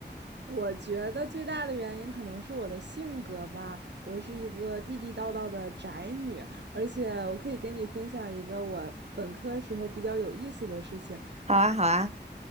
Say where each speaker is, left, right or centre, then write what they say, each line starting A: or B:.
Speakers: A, on the right; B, on the right.
A: 我觉得最大的原因可能是我的性格吧，我是一个地地道道的宅女，而且我可以跟你分享一个我本科时候比较有意思的事情。
B: 好啊，好啊，